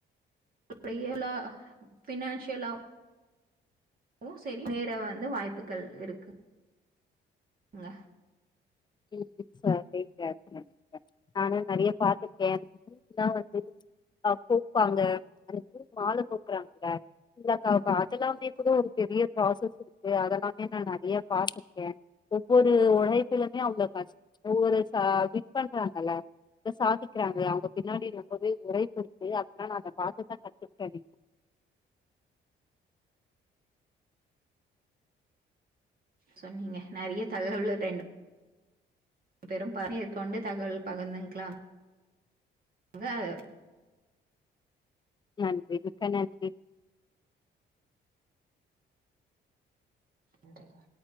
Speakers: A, on the right; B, on the left.
A: அப்டியல்லா பினான்சியலா வு செரி நேர வந்து வாய்ப்புகள் இருக்கு ங்க
B: ம் சரிங்க <inaudible> நானு நெறைய பாத்துருக்கே <inaudible> வந்து அ கோப்பாங்க அது மால கோக்குறாங்கல்ல இல்லக்கா அதெல்லாமே கூட ஒரு பெரிய ப்ராசஸ் இருக்கு அதெல்லாமே நா நெறைய பாத்திருக்கே ஒவ்வொரு உழைப்பிலுமே அவ்ளோ கஷ் ஒவ்வொரு ச விட் பண்றாங்கல்ல தா சாதிக்கிறாங்களே அவங்க பின்னாடி ரொம்பவே உழைப்பு இருக்கு அதனால அத பாத்து தா கத்துக்கிட்டேனே
A: சொன்னீங்க நெறைய தகவலு ரெண் டு பேரும் ப மேற்கொண்டு தகவல் பகிர்ந்துக்லா எங்காது
B: நன்றி மிக்க நன்றி
A: நன்றிக்கா